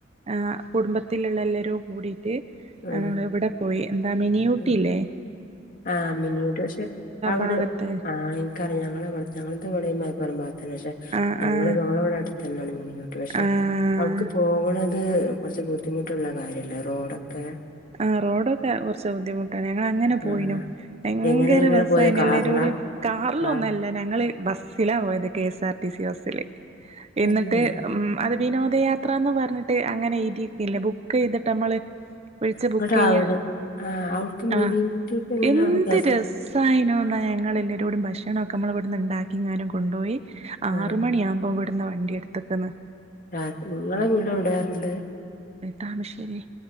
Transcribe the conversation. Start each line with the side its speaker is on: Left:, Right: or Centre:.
Right: ആഹ് കുടുംബത്തിലുള്ള എല്ലരും കൂടി
Left: ഉം
Right: നമ്മൾ ഇവിടെ പോയി എന്താ മിനി ഊട്ടില്ലേ
Left: ഉം ആഹ് മിനിയൂട്ടി പക്ഷെ അവ്
Right: ഭാഗത്ത്
Left: ഇൻക്കറിയാ ഞങ്ങലത് വിടെ മല തന്നെ പക്ഷെ
Right: ആഹ്
Left: ഞങ്ങള്
Right: ആഹ്
Left: പോണേ ഇവടെ അടുത്തന്നാണ് മിനിയൂട്ടി പക്ഷെ
Right: ആഹ്
Left: അവട്ക്ക് പോകണ അത് കുറച്ച് ബുദ്ധിമുട്ടുള്ള കാര്യല്ലേ റോഡൊക്കെ
Right: ആഹ് റോഡൊക്കെ കുറച്ച് ബുദ്ധിമുട്ടാണ് ഞങ്ങ അങ്ങനെ പോയിനു
Left: ആഹ്
Right: ഭയങ്കര
Left: എങ്ങനെ ഞങ്ങള്
Right: രസായിനു
Left: പോയത് കാറിലാ
Right: എല്ലരോടിം കാറിലൊന്നുല്ല
Left: ആ
Right: ഞങ്ങള് ബസിലാ പോയത് K S R T C ബസ്സ്ല്
Left: തന്നെ
Right: എന്നിട്ട് ഉം വിനോദയാത്ര എന്ന് പറഞ്ഞിട്ട് അങ്ങനെ എഴു തിരിക്കില്ലേ ബുക്ക് ചെയ്തിട്ട് നമ്മള് വിളിച്ച്
Left: ഇങ്ങട്ട്
Right: ബുക്ക് ചെയ്യാ
Left: അവിടെ ആ അവിടക്ക് മിനി
Right: ആഹ്
Left: ഊട്ടിക്ക് എങ്ങനെ
Right: എന്ത്
Left: അവിടെ കേസാ
Right: രസായിനോ ഞങ്ങൾ എല്ലാവരോടും ഭക്ഷണ ഒക്കെ നമ്മ ഇവിടുന്ന് ഉണ്ടാക്കിങ്ങാനും കൊണ്ടോയി
Left: ആ
Right: ആറ് മണിയാകുമ്പോ ട്ട്ന്ന് വണ്ടി എടുത്ത്ക്കന്ന്
Left: രാ നിങ്ങളെ വീട് വിടാറുണ്ട്
Right: താമശ്ശേരി